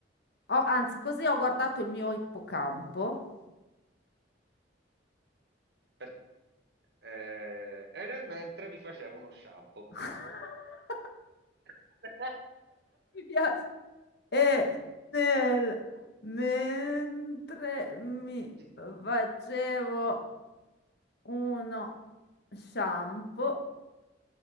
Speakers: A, on the left; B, on the right.
A: Oh, anzi, così ho guardato il mio ippocampo.
B: Per- eh, e nel mentre mi facevo uno shampoo.
A: <laughs>
B: <laughs>
A: Mi piace. E nel- mentre mi
B: Sì.
A: facevo uno shampoo,